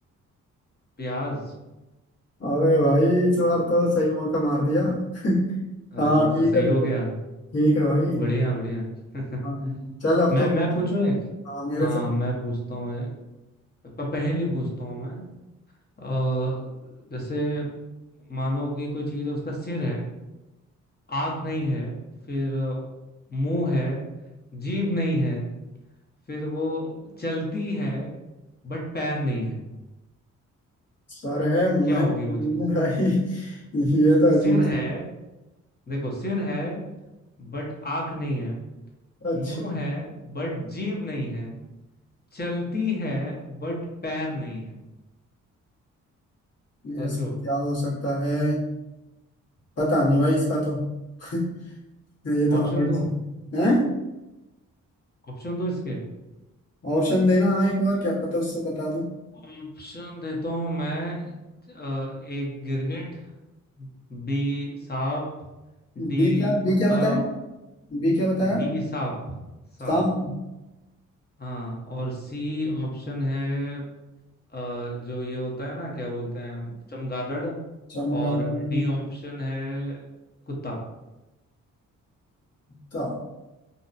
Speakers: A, on the left; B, on the left.
A: प्याज
B: अबे भाई इस बार
A: हम्म,
B: तो सही मौका मार दिया <laughs>
A: अरे
B: हाँ
A: वाह
B: ठीक
A: सही
B: है
A: हो
B: बिल्कुल ठीक
A: गया
B: है भाई
A: बढ़िया बढ़िया <laughs>
B: हाँ चल अब
A: मैं
B: तो पूछ
A: मैं पूछूं एक
B: हाँ मेरे
A: हाँ
B: से पूछ
A: मैं पूछता हूँ एक प- पहेली पूछता हूँ मैं अ, जैसे मानो कि कोई चीज है उसका सिर है आंख नहीं है फिर अ, मुंह है जीभ नहीं है फिर वो चलती है बट पैर नहीं है
B: सर है मुंह
A: क्या
B: है
A: होगी वो
B: <laughs>
A: चीज
B: मुंह है भाई <laughs> ये तो अजीब
A: सिर
B: सा-
A: है देखो सिर है बट आंख नहीं है
B: अच्छा
A: मुंह है बट जीभ नहीं है चलती है बट पैर नहीं है सोचो
B: यस क्या हो सकता है पता नहीं भाई इसका तो <laughs> ये तो
A: ऑप्शन
B: हार्ड
A: दूं
B: सा है
A: ऑप्शन दूं इसके
B: ऑप्शन देना हाँ एक बार क्या पता उससे बता दूं
A: ऑप्शन देता हूं मैं अ, एक गिरगिट बी सांप डी
B: बी क्या बी
A: कुत्ता
B: क्या बताया बी क्या बताया
A: बी सांप
B: सांप
A: सांप हाँ और सी ऑप्शन है अ, जो ये होता है ना क्या बोलते हैं चमगादड़
B: चमगादड़
A: और डी ऑप्शन है कुत्ता
B: का